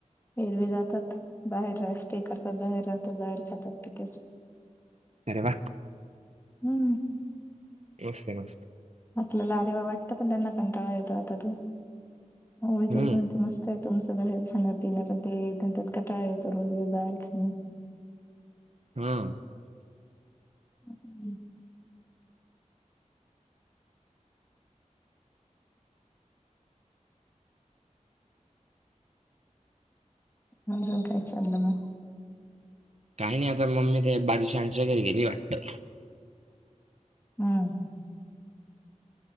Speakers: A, on the left; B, on the right.
A: फरवी जातात बाहेर राहा स्टे करतात बाहेर राहतात बाहेर खातात तिथे हम्
B: अरे वा
A: हम्म
B: मस्त आहे मस्त
A: आपल्याला अरेवा वाटत पण त्यांना कंटाळा येतो आता तू उळच
B: हम्म
A: म्हणते मस्त काय तुमचं बाहेर खाण पिं ते त्यात कटाळा येतो रोज रोज बाहेर खाणं
B: हा
A: हम् हम अजून काय चाललं मग
B: काही नाही आता मम्मी ते बाजू शानच्या घरी गेली वाटतं
A: हम्म